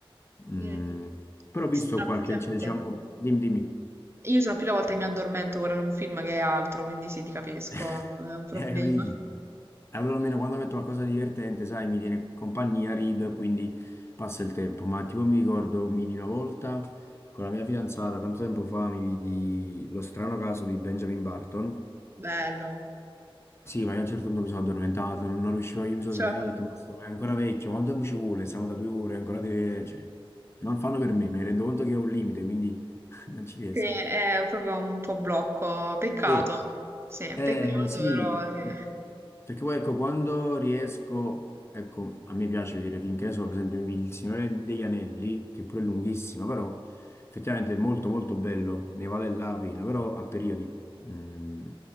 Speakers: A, on the left; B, on the right.
A: Mm,
B: Mm,
A: però ho visto
B: Straziante.
A: qualche, cioè, diciamo, dimmi, dimmi.
B: Io sono più le volte che mi addormento guardando un film che è altro, quindi sì, ti capisco,
A: <laughs>
B: è un problema.
A: Hai capito? Allora almeno quando metto qualcosa di divertente, sai, mi tiene compagnia, rido e quindi passa il tempo. Ma tipo mi ricordo, mi vidi una volta con la mia fidanzata, tanto tempo fa, mi vidi lo strano caso di Benjamin Barton.
B: Bello.
A: Sì, ma io a un certo punto mi sono addormentato, non, non riuscivo, io mi sono
B: Cioè,
A: svegliato e ho detto, ma sto- è ancora vecchio, quanto tempo ci vuole? Siamo da due ore, ancora deve... Cioè, non fanno per me, mi rendo conto che è un limite, quindi <laughs> non ci riesco.
B: sì, è proprio un tuo blocco. Peccato.
A: Sì.
B: Sì,
A: Eh,
B: peccato,
A: sì,
B: però sì.
A: perché poi ecco, quando riesco, ecco, a me piace vedere film, che ne so, per esempio Il Signore degli Anelli, che pure è lunghissimo, però effettivamente è molto molto bello, ne vale la pena, però a periodi. Mm.